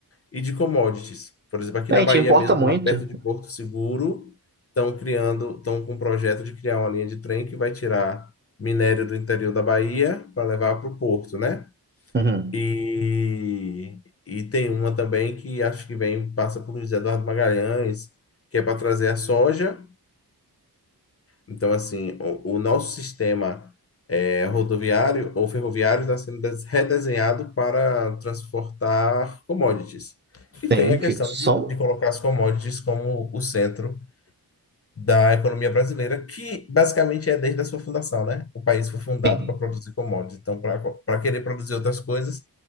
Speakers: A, on the left (about 35°); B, on the right (about 25°).
A: e de commodities. Por exemplo, aqui
B: A
A: na
B: gente
A: Bahia
B: importa
A: mesmo,
B: muito.
A: lá perto de Porto Seguro, estão criando, estão com um projeto de criar uma linha de trem que vai tirar minério do interior da Bahia para levar para o porto, né?
B: Uhum.
A: E, e tem uma também que acho que vem, passa por José Eduardo Magalhães, que é para trazer a soja. Então, assim, o, o nosso sistema eh, rodoviário ou ferroviário está sendo des- redesenhado para transportar commodities. E tem
B: Sim,
A: a
B: que
A: questão
B: são.
A: de, de colocar as commodities como o centro da economia brasileira, que basicamente é desde a sua fundação, né? O país foi fundado
B: Sim.
A: para produzir commodities. Então, para para querer produzir outras coisas,